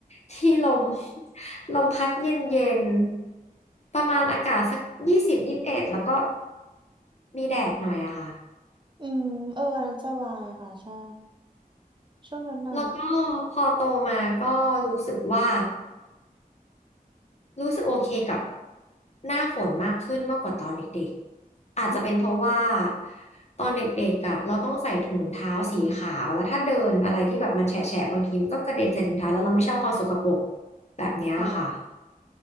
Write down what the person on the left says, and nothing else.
ที่ลม <laughs> ลมพัดเย็นๆประมาณอากาศสักยี่สิบยี่สิบเอ็ดแล้วก็มีแดดหน่อยอะค่ะ
แล้วก็พอโตมาก็รู้สึกว่า รู้สึกโอเคกับหน้าฝนมากขึ้นมากกว่าตอนเด็กๆอาจจะเป็นเพราะว่า
ตอนเด็กๆอ่ะเราต้องใส่ถุงเท้าสีขาวแล้วถ้าเดินอะไรที่แบบมันแฉะๆบางทีมันก็กระเด็นใส่ถุงเท้าแล้วเราไม่ชอบความสกปรกแบบเนี้ยค่ะ